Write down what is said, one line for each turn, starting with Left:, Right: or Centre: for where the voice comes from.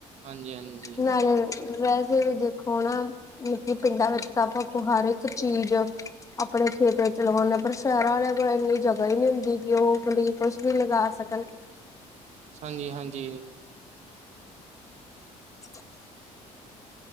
Right: ਹਾਂਜੀ ਹਾਂਜੀ
Left: ਨਾਲੇ ਵੈਸੇ ਵੀ ਦੇਖੋ ਨਾ ਲੋਕੀ ਪਿੰਡਾਂ ਵਿੱਚ ਤਾਂ ਆਪਾਂ ਹਰ ਇੱਕ ਚੀਜ਼ ਆ। ਆਪਣੇ ਖੇਤਾ ਚ ਲਵਾਉਂਦੇ ਪਰ ਸ਼ਹਿਰਾਂ ਵਾਲਿਆਂ ਕੋਲ ਇੰਨੀ ਜਗਾ ਹੀ ਨੀ ਹੁੰਦੀ ਕਿ, ਉਹ ਆਪਣੇ, ਕੁਛ ਭੀ ਲਗਾ ਸਕਣ।
Right: ਹਾਂਜੀ- ਹਾਂਜੀ।
Left: <unintelligible>